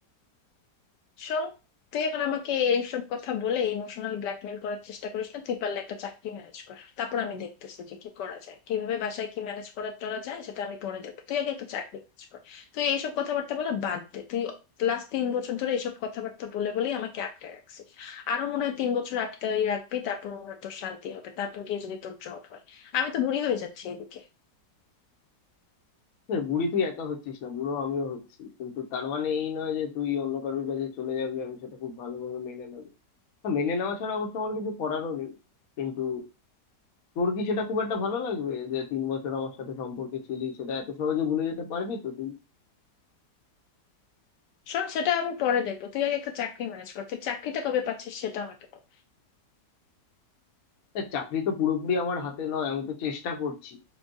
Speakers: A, on the left; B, on the left.
A: শোন তুই এখন আমাকে এইসব কথা বলে ইমোশনাল ব্ল্যাকমেল করার চেষ্টা করিস না তুই পারলে একটা চাকরি ম্যানেজ কর তারপর আমি দেখতেছি যে কি করা যায় কিভাবে বাসায় কি ম্যানেজ করা টরা যায় সেটা আমি পরে দেখবো তুই আগে একটা চাকরি ম্যানেজ কর তুই এইসব কথাবার্তা বলে বাদ দে তুই লাস্ট তিন বছর ধরে এইসব কথাবার্তা বলে বলেই আমাকে আটকে রাখছিস আরো মনে হয় তিন বছর আটকাই রাখবি তারপর মনে হয় তোর শান্তি হবে তারপর গিয়ে যদি তোর জব হয় আমি তো বুড়ি হয়ে যাচ্ছি এদিকে
B: দেখ, বুড়ি তুই একা হচ্ছিস না বুড়ো আমিও হচ্ছি কিন্তু তার মানে এই নয় যে তুই অন্য কারোর কাছে চলে যাবি আমি সেটা খুব ভালোভাবে মেনে নেবো হ্যাঁ, মেনে নেওয়া ছাড়া অবশ্য আমার কিছু করারও নেই কিন্তু তোর কি সেটা খুব একটা ভালো লাগবে যে তিন বছর আমার সাথে সম্পর্কে ছিলি সেটা এত সহজে ভুলে যেতে পারবি তো তুই
A: শোন সেটা আমি পরে দেখবো তুই আগে একটা চাকরি ম্যানেজ কর তুই চাকরিটা কবে পাচ্ছিস সেটা আমাকে বল।
B: দেখ, চাকরি তো পুরোপুরি আমার হাতে নয় আমি তো চেষ্টা করছি